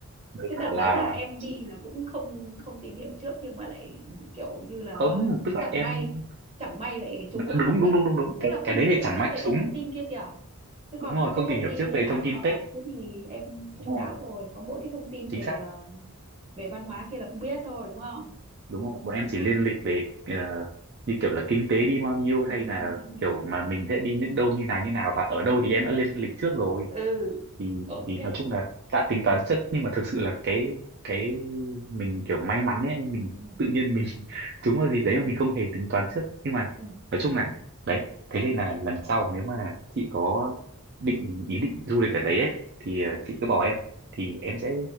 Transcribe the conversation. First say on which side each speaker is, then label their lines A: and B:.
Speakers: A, on the right; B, on the right.
A: với
B: thế
A: cả
B: đợt
A: là
B: đấy là em
A: chị
B: đi là cũng không không tìm hiểu trước nhưng mà lại kiểu như là
A: không tức là
B: chẳng
A: em
B: may chẳng may lại trúng à
A: đúng đúng
B: tức
A: đúng đúng đúng
B: tức
A: cái
B: là không
A: cái đấy
B: tìm
A: thì
B: hiểu
A: chẳng
B: trước
A: may
B: về
A: chúng
B: cái thông tin kia kìa chứ còn
A: đúng rồi
B: các
A: không
B: cái thông
A: tìm hiểu
B: tin
A: trước
B: như
A: về
B: ăn
A: thông tin
B: ở
A: Tết
B: thứ thì em
A: đúng
B: chu
A: rồi
B: đáo rồi có mỗi cái thông tin
A: chính
B: về
A: xác
B: ờ, về văn hóa kia là không biết thôi đúng không
A: đúng rồi bọn em chỉ lên lịch về ờ, như kiểu là kinh tế đi bao nhiêu
B: <laughs>
A: hay là kiểu mà mình sẽ đi những đâu như nào như nào và ở đâu thì em đã lên lịch trước rồi
B: ừ
A: thì
B: ok
A: thì nói chung là đã tính toán trước nhưng mà thực sự là cái cái mình kiểu may mắn ấy mình
B: ừ
A: tự nhiên mình <laughs> trúng vào dịp đấy mà mình không hề tính toán trước nhưng mà
B: ừ
A: nói chung là đấy thế nên là lần sau nếu mà chị có định ý định du lịch ở đấy ấy, thì
B: ừ
A: ờ, chị cứ bảo em thì em sẽ